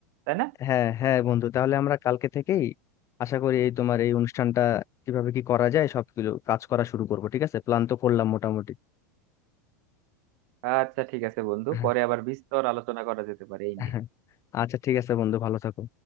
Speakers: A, on the right (about 55°); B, on the left (about 30°).
A: তাই না
B: হ্যাঁ হ্যাঁ বন্ধু তাহলে আমরা কালকে থেকেই আশা করি এই তোমার এই অনুষ্ঠানটা কিভাবে কি করা যায় সবগুলো কাজ করা শুরু করবো ঠিক আছে প্ল্যান তো করলাম মোটামুটি
A: আচ্ছা ঠিক আছে বন্ধু
B: হ্যাঁ,
A: পরে আবার বিস্তর আলোচনা করা যেতে পারে এই নিয়ে
B: হ্যাঁ। আচ্ছা ঠিক আছে বন্ধু ভালো থাকো